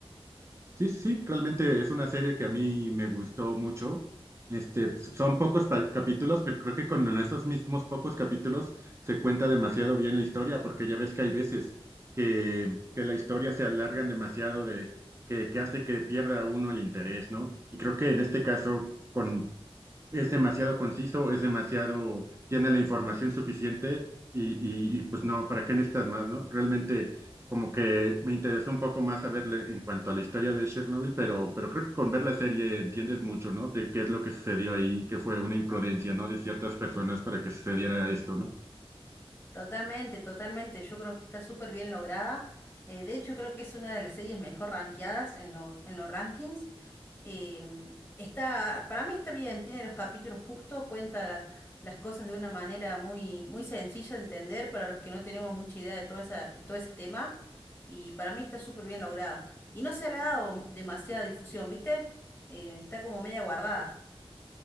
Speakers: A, on the right (about 25°); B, on the left (about 20°).
A: Sí, sí, sí, realmente es una serie que a mí me gustó mucho. Este, son pocos pa- capítulos, pero creo que con esos mismos pocos capítulos se cuenta demasiado bien la historia, porque ya ves que hay veces que, que la historia se alargan demasiado de que, que hace que pierda uno el interés, ¿no? Y creo que en este caso, con es demasiado conciso, es demasiado, tiene la información suficiente y, y- y, pues no, ¿para qué necesitas más, no? Realmente como que me interesó un poco más saberle en cuanto a la historia de Chernobyl, pero, pero creo que con ver la serie entiendes mucho, ¿no? De qué es lo que sucedió ahí, que fue una imprudencia, ¿no? De ciertas personas para que sucediera esto, ¿no?
B: Totalmente, totalmente. Yo creo que está súper bien lograda. Eh, de hecho, creo que es una de las series mejor rankeadas en lo- en los rankings. Em, está, para mí está bien, tiene los capítulos justo, cuenta las cosas de una manera muy, muy sencilla de entender para los que no tenemos mucha idea de todo esa, de todo ese tema. Y para mí está súper bien lograda. Y no se le ha dado demasiada difusión, ¿viste? Eh, está como media guardada.